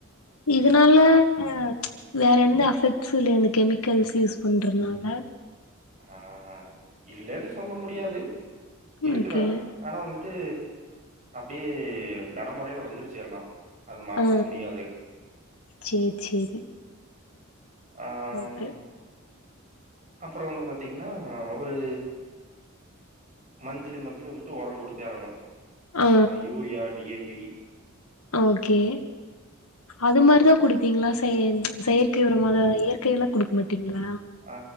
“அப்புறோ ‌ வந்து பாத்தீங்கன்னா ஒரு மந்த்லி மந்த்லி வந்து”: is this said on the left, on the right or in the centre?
Right